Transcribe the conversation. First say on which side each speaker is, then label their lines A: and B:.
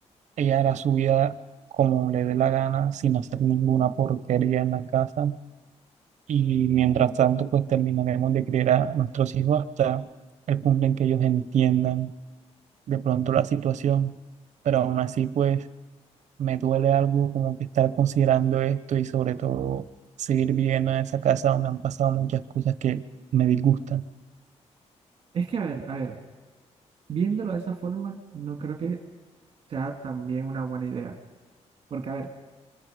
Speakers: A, on the right (about 80°); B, on the right (about 50°).
A: ella hará su vida como le dé la gana, sin hacer ninguna porquería en la casa. Y mientras tanto, pues terminaremos de criar a nuestros hijos hasta el punto en que ellos entiendan de pronto la situación, pero aún así pues me duele algo como que estar considerando esto y sobre todo seguir viviendo en esa casa donde han pasado muchas cosas que me disgustan.
B: es que, a ver, a ver, viéndolo de esa forma, no creo que sea también una buena idea. Porque, a ver,